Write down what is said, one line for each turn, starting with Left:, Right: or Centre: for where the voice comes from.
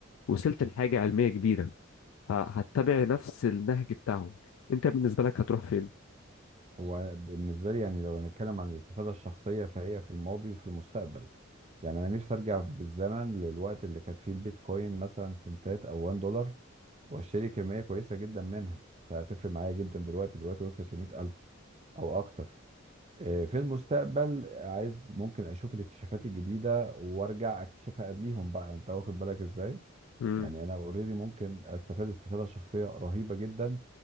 Left: وصلت لحاجه علميه كبيره فهتبع نفس النهج بتاعهم انت بالنسبه لك هتروح فين
Right: هو بالنسبة لي يعني لو هنتكلم عن الاستفادة الشخصية فهي في الماضي وفي المستقبل يعني أنا نفسي أرجع بالزمن للوقت اللي كانت فيه البيتكوين مثلا سنتات أو 1 دولار وأشتري كمية كويسة جدا منها فهتفرق معايا جدا دلوقتي دلوقتي وصلت لمئة ألف أو أكتر آه، في المستقبل عايز ممكن أشوف الاكتشافات الجديدة وأرجع أكتشفها قبليهم بقى أنت واخد بالك إزاي؟
Left: مم.
Right: يعني انا اوريدي ممكن استفاد استفاده شخصيه رهيبه جدا